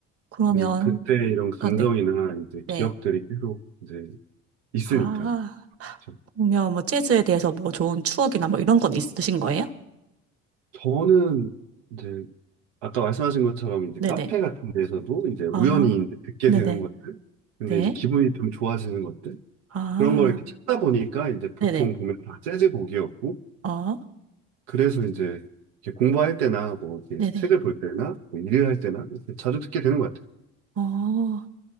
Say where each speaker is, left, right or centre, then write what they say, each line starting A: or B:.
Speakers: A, on the right (about 45°); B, on the right (about 85°).
A: 그러면,
B: 그리고 그때 이런 감정이나
A: 아, 네.
B: 이제
A: 네.
B: 기억들이 계속 이제 있으니까.
A: 아,
B: 그렇죠.
A: 그러면 뭐 재즈에 대해서 뭐 좋은 추억이나 뭐 이런 건 있으신 거예요?
B: 저는 이제 아까 말씀하신 것처럼 이제
A: 네네.
B: 카페 같은 데서도 이제 우연히
A: 아,
B: 이제 듣게
A: 네네.
B: 되는 것들, 근데
A: 네.
B: 이제 기분이 좀 좋아지는 것들
A: 아,
B: 그런 걸 이렇게 찾다 보니까 이제 보통
A: 네네.
B: 보면 다 재즈 곡이었고.
A: 어,
B: 그래서 이제 이렇게 공부할 때나 뭐 이렇게
A: 네네.
B: 책을 볼 때나 뭐 일을 할 때나 이렇게 자주 듣게 되는 것 같아요.
A: 어,